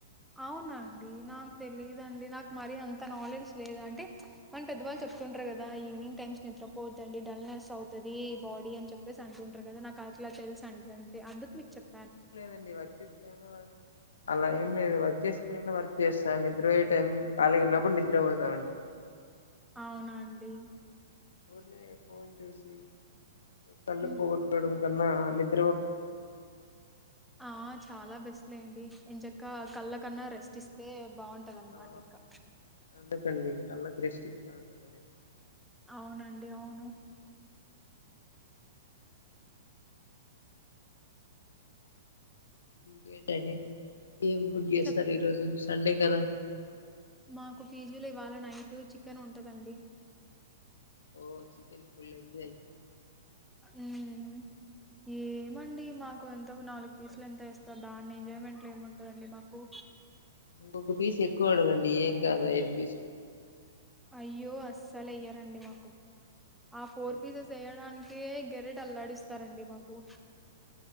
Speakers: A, in the centre; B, on the left.
A: అవునండి నా తెలీదండి నాకు మరీ అంత నాలెడ్జ్ లేదా అంటే మన పెద్దవాళ్ళు చెప్తుంటారు కదా ఈవవినింగ్ టైమ్స్ నిద్రపోద్ద్దండి డల్నెస్ అవుతుంది బాడీ అని చెప్పేసి అంటుంటారు కదా నాకు అట్లా తెలుస అండి అంతే అందుకు మీకు చెప్
B: ఏం లేదండి వర్క్స్తా అలా ఏం లేదు వర్స్త టై వర్క్ చేస్తాను నిద్రయే టైం ఖాళీ ఉన్నప్పుడు నిద్ర పోతామండి
A: అవునా అండి
B: ఊరిని ఫోన్ చూసి తల్నపోవద్దడం
A: హ్మ్.
B: కన్నా నిబ్
A: ఆ చాలా బెస్ట్ లేండి ఇం చెక్క కళ్ళ కన్నా రెస్ట్ ఇస్తే బాగుంటదనమాట
B: ఆ
A: ఇంకా
B: అందుకండి కళ్ళా క రెష్టి ఇస్తా ఉంట నేను ఎప్పుడు
A: అవునండి అవును
B: ఇంకేటండి ఏం ఫుడ్ చేస్తార్
A: చెప్
B: ఈ రోజు సండే కదా
A: మాకు పీజీ లో ఇవాళ నైట్ చికెన్ ఉంటుందండి
B: ఓ చికెన్ ఫుల్ ఎంజాయ్
A: ఉమ్ ఏమండి మాకు ఎంత నాలుగు పీసులు ఎంత ఇస్తారు దాన్ని ఎంజాయ్మెంట్లు ఏముంటందండి మాకు
B: ఇంకొక పీస్ ఎక్కువ అడగండి ఏం కాదు ఐదు పీస్
A: అయ్యో అస్సలు ఎయ్యారండి మాకు ఆ ఫోర్
B: అయ్యో
A: పీసెస్ ఎయడానిక్ ఏ గెరెట్ అల్లాడిస్తారండి మాకు